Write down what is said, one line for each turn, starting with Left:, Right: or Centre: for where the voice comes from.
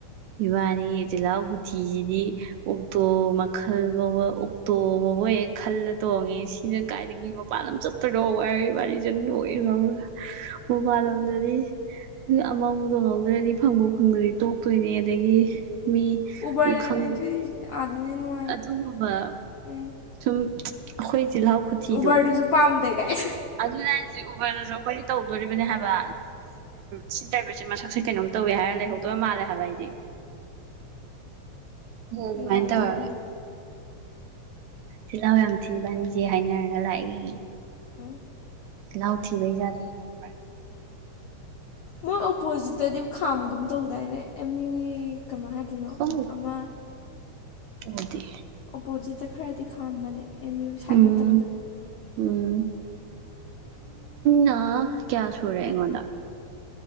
Right: ꯏꯕꯥꯅꯤ ꯆꯤꯜꯍꯥꯎ ꯍꯨꯊꯤꯁꯤꯗꯤ ꯎꯛꯇꯣ ꯃꯈꯜꯒꯕ ꯎꯛꯇꯣꯕ ꯈꯜꯂ ꯇꯣꯡꯉꯤ ꯁꯤꯅ ꯀꯥꯏꯗꯒꯤ ꯃꯄꯥꯟ ꯑꯃ ꯆꯠꯇꯣꯏꯔꯣ ꯋꯥꯏꯔꯦ ꯋꯥꯔꯤꯁ ꯑꯗꯨ ꯂꯣꯛꯑꯦ ꯉꯥꯎꯔ ꯃꯕꯥꯜꯂꯝꯗꯗꯤ ꯑꯃꯕꯨ ꯇꯣ ꯉꯧꯗ꯭ꯔꯗꯤ ꯐꯪꯕꯨ ꯐꯪꯗ꯭ꯔꯗꯤ ꯇꯣꯛꯇꯣꯏꯅꯦ ꯑꯗꯒꯤ ꯃꯤ
Left: ꯎꯕꯔ ꯂꯩꯕꯅꯦ
Right: ꯈꯪ
Left: ꯑꯗꯨꯏ ꯑꯥꯗꯅꯦ ꯅꯨꯡꯉꯥꯏꯕꯅꯦ
Right: ꯑꯗꯨꯒꯨꯝꯕ
Left: ꯎꯝ
Right: ꯁꯨꯝ ꯑꯩꯈꯣꯏ ꯆꯤꯜꯍꯥꯎ ꯈꯨꯊꯤꯗꯣ
Left: ꯎꯕꯔꯗꯨꯁꯨ ꯄꯥꯝꯗꯦ ꯀꯥꯏ
Right: ꯑꯗꯨꯅꯖꯤꯛ ꯎꯕꯔꯗꯁꯨ ꯑꯩꯈꯣꯏꯅ ꯇꯧꯗꯣꯔꯤꯕꯅꯦ ꯍꯥꯏꯕ ꯁꯤꯗꯕꯁꯦ ꯃꯁꯛ ꯀꯩꯅꯣꯝ ꯇꯧꯋꯦ ꯍꯥꯏꯔ ꯂꯩꯍꯧꯗꯣꯏ ꯃꯥꯜꯂꯦ ꯍꯥꯏꯕ ꯍꯥꯏꯗꯤ ꯑꯗꯨ
Left: ꯅꯨꯡꯉꯥꯏꯗꯧꯔꯤꯅꯤ
Right: ꯃꯥꯏꯇ ꯋꯥꯒꯦ ꯇꯤꯜꯍꯥꯎ ꯌꯥꯝ ꯊꯤꯕꯅꯤꯁꯦ ꯍꯥꯏꯅꯔꯒ ꯂꯥꯛꯏ
Left: ꯑ
Right: ꯅꯧ ꯊ ꯩ ꯌꯥꯗ ꯈꯔ
Left: ꯃꯣꯏ ꯑꯣꯄꯣꯖꯤꯠꯇꯗꯤ ꯈꯥꯝꯒꯨꯝ ꯇꯧꯗꯥꯏꯅꯦ ꯑꯦꯝ ꯌꯨꯒꯤ ꯀꯃꯥꯏ ꯍꯥꯏꯗꯣꯏꯅꯣ
Right: ꯍ
Left: ꯑꯃ
Right: ꯑꯗꯤ
Left: ꯑꯣꯄꯣꯖꯤꯠꯇ ꯈꯔꯗꯤ ꯈꯥꯝꯕꯅꯦ ꯑꯦꯝ ꯌꯨ ꯁꯥꯏꯠ
Right: ꯎꯝ
Left: ꯅꯠꯇꯕꯗ
Right: ꯎꯝ ꯅ ꯀꯌꯥ ꯁꯨꯔꯦ ꯑꯩꯉꯣꯟꯗ